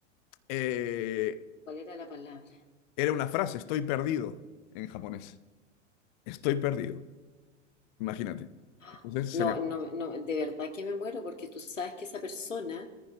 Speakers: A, on the left; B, on the left.
A: eh,
B: ¿Cuál era la palabra?
A: era una frase, estoy perdido en japonés. Estoy perdido, imagínate.
B: Ah,
A: Entonces
B: No,
A: se me...
B: no, no, de verdad que me muero porque tú sabes que esa persona